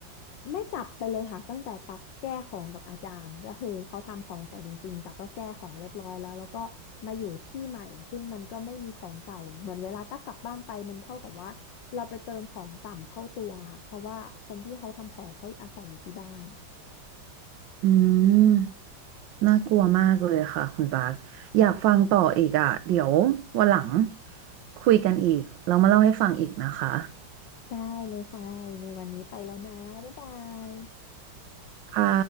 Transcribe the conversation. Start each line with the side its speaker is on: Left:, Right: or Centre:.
Left: ไม่กลับไปเลยค่ะตั้งแต่ตักแก้ของกับอาจารย์ก็คือเขาทำของใส่จริงๆตักก็แก้ของเรียบร้อยแล้วแล้วก็มาอยู่ที่ใหม่ซึ่งมันก็ไม่มีของเก่าเหมือนเวลาตักกลับบ้านไปมันเท่ากับว่าเราไปเติมของต่ำเข้าตัวค่ะเพราะว่าคนที่เขาทำของเขาอาศัยอยู่ที่บ้าน
Right: อืมน่ากลัวมากเลยค่ะคุณปาร์คอยากฟังต่ออีกอ่ะเดี๋ยววันหลังคุยกันอีกเรามาเล่าให้ฟังอีกนะคะ
Left: ได้เลยค่ะยังไงวันนี้ไปแล้วนะบ๊ายบาย
Right: ค่ะ